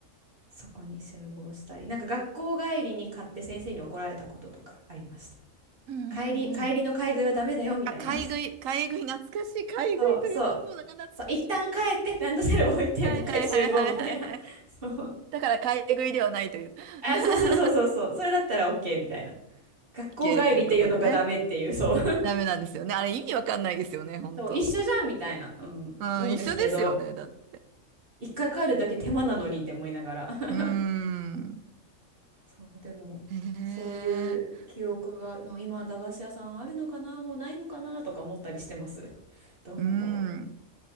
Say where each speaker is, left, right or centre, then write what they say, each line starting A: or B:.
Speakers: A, on the right (about 45°); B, on the right (about 80°).
A: そこに集合したりなんか学校帰りに買って先生に怒られたこととかありました。
B: うんうんうん。
A: 帰り、帰りの買い食いはダメだよみたいな
B: あ、買い食い、買い食い、懐かしい。買い食いという言葉が懐かしい。
A: そう、そう。そう、一旦帰って、ランドセル置いて、
B: はいはいはいはいはいはい。
A: もう一回集合みたいな。<laughs> そう。
B: だから買い食いではないという。
A: あ、そうそうそうそうそう。
B: <laughs>
A: それだったら OK みたいな。学校帰りっていうのがダメっていう、
B: OK ということでね。
A: そう。
B: ダメなんですよね。あれ意味わかんないですよね、
A: うん
B: 本当。
A: そう、一緒じゃんみたいな、うん、
B: うん、
A: 思うんですけど、
B: 一緒ですよね、だって。
A: 一回帰るだけ手間なのにって思いながら。<laughs>
B: うーん。
A: そう、でも、
B: へえ。
A: そういう記憶が、の今、駄菓子屋さんあるのかな、もうないのかなとか思ったりしてます。どうなんだろ
B: うん。